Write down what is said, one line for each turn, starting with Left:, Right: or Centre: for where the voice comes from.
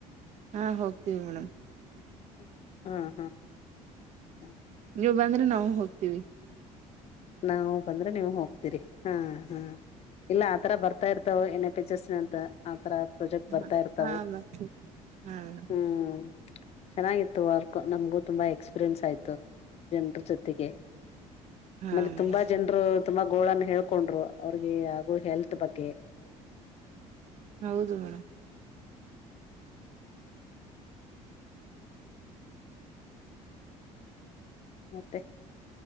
Right: ಹಾ ಹೋಗ್ತೀವಿ ಮೇಡಮ್
Left: ಹ್ಮ್ ಹ್ಮ್ ಹ್ಮ್
Right: ನೀವು ಬಂದ್ರೆ ನಾವು ಹೋಗ್ ವಿ <inaudible>
Left: ನಾವವು ಬಂದ್ರೆ ನೀವು ಹೋಗ್ತೀರಿ ಹಾ ಹಾ ಇಲ್ಲ ಆತರ ಬರ್ತಾ ಇರ್ತಾವ ಏ್ಣೆ ಪಿಚಸ್ನ ಅಂತ ರ ಪ್ರಾಜೆಕ್ಟ್ ಬರ್ತಾ
Right: ಹಾ
Left: ಇರ್ತವು
Right: ಹಾ ಬರ್ತೀವಿ ಹಾ ಮೇಡಮ್
Left: ಹ್ಮ್ ಚೆನ್ನಾಗಿತ್ತು ವರ್ಕ್ ನಮ್ಗೂ ತುಂಬಾ ಎಕ್ಸ್ಪೀರಿಯನ್ಸ್ ಆಯ್ತು ಜನರ ಜೊತೆಗೆ
Right: ಹಾ
Left: ಆಮೇಲೆ
Right: ಮೇಡಮ್
Left: ತುಂಬಾ ಜನರು ತುಂಬಾ ಗೋಳನ್ ಹೇಳ್ಕೊಂಡ್ರು ಅವ್ರಿಗೆ ಆಗೊ ಹೆಲ್ತ್ ಬಗ್ಗೆ
Right: ಹೌದು ಮೇಡಮ್
Left: ಮತ್ತೆ